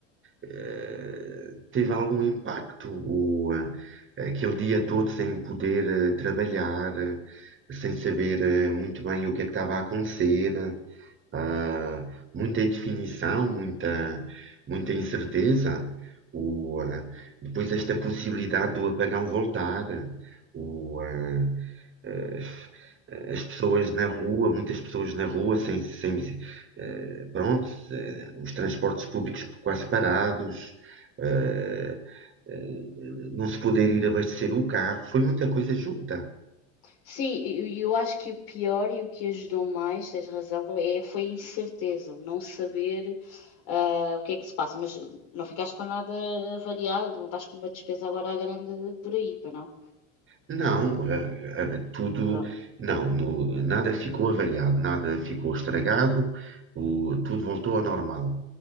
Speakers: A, on the right (about 30°); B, on the left (about 60°).
A: eh, teve algum impacto o, eh, aquele dia todo sem poder eh, trabalhar, eh, sem saber eh, muito bem o que é que estava a acontecer, ah, muita indefinição, muita, muita incerteza. O, ah, depois esta possibilidade do apagão voltar, o, ah, eh, as pessoas na rua, muitas pessoas na rua, sem, sem, eh, pronto, eh, os transportes públicos quase parados, eh, eh, não se poder ir abastecer o carro, foi muita coisa junta.
B: Sim, e eu acho que o pior e o que ajudou mais, tens razão, é, foi a incerteza, o não saber ah, o que é que se passa, mas não ficaste com nada variado, não estás com uma despesa agora à grande por aí, para não?
A: Não, eh, eh, tudo,
B: Pronto.
A: não, no- nada ficou avariado, nada ficou estragado, o- tudo voltou ao normal.